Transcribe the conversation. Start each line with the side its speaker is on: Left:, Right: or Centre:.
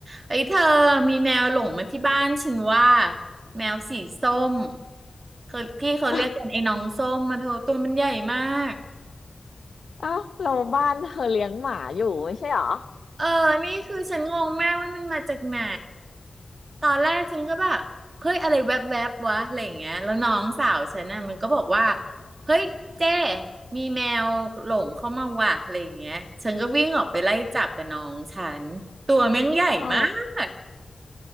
Right: เอ้ยเธอมีแมวหลงมาที่บ้านฉันว่าแมวสีส้มเขาที่เขาเรียกกันไอ้น้องส้มมาเธอตัวมันใหญ่มาก
Left: อ้าวอ้าวเราบ้านเธอเลี้ยงหมาอยู่ไม่ใช่เหรอ
Right: เออนี่คือฉันงงมากว่ามันมาจากไหนตอนแรกฉันก็แบบเฮ้ยอะไรแวบๆบวะอะไรอย่างเงี้ยแล้วน้องสาวฉันน่ะมันก็บอกว่าเฮ้ยเจ้มีแมวหลงเข้ามาว่ะอะไรอย่างเงี้ยฉันก็วิ่งออกไปไล่จับกับน้องฉันตัวแม่งใหญ่มาก
Left: อ๋อ